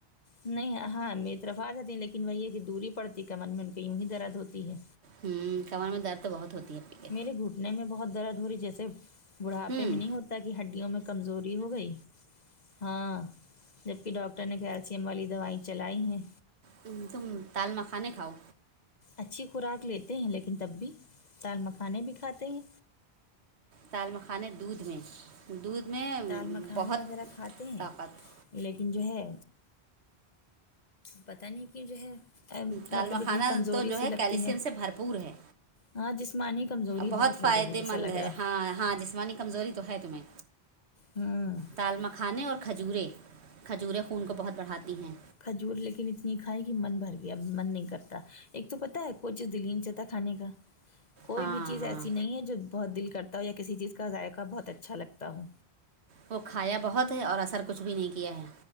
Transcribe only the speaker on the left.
نہیں ہاں میری طرف آجاتی ہیں لیکن وہی ہے کہ دوری پڑتی کمن میں ان کے یوں ہی درد ہوتی ہے
میرے گھٹنے میں بہت درد ہو رہی جیسے بڑھاپے
میں نہیں ہوتا کہ ہڈیوں میں کمزوری ہو گئی ہاں جب کہ ڈاکٹر نے کیلسیم والی دوائ چلائی ہیں
اچھی خوراک لیتے ہیں لیکن تب بھی دال مکھانے بھی کھاتے ہیں
دال مکھانے
وغیرہ کھاتے ہیں
لیکن جو ہے پتہ نہیں کہ جو ہے
مطلب
اتنی کمزوری
سی
لگتی
ہاں جسمانی کمزوری
ہو گئی جیسا
لگ
رہا
ہوں
کھجور لیکن اتنی کھائے کہ من بھر گیا اب من نہیں کرتا ایک تو پتا ہے کوی چیز دل ہی نہیں چاہتا کھانے کا کوئی
بھی چیز
ایسی نہیں ہے جو بہت دل کرتا ہو یا کسی چیز کا ذائقہ بہت اچھا لگتا ہو